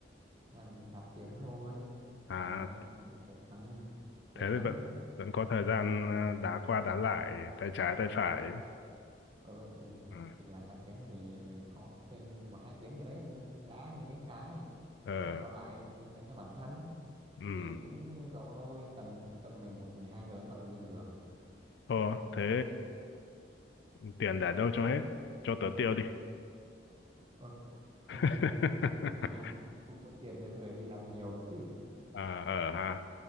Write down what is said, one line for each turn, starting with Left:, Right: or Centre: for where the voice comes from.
Right: làm 8 tiếng thôi
Left: à
Right: làm 12 tiếng thì phải căng mệt
Left: thế
Right: lắm
Left: thì vẫn vẫn có thời gian à, đá qua đá lại tay trái tay phải
Right: ừ, thì, thì,
Left: à,
Right: thì làm 8 tiếng thì mình có thêm một hai tiếng gì đấy mình đá như tiếng trái
Left: ờ
Right: Thế còn lại thì dành cho bản thân
Left: ừ
Right: thì cũng như cậu thôi tầm tầm 11 hai giờ mới bắt đầu lên giường
Left: ờ thế thì tiền để đâu cho hết cho tớ tiêu đi
Right: Ơ, không
Left: <laughs>
Right: không đi làm <laughs> không có tiền để về đi làm nhiều chứ
Left: à ờ ha